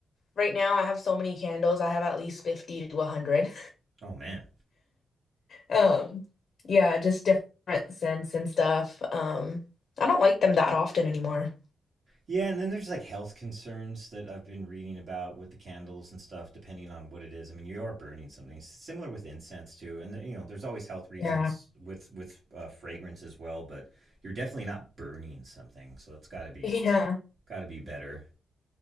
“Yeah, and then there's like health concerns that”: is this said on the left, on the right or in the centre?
Right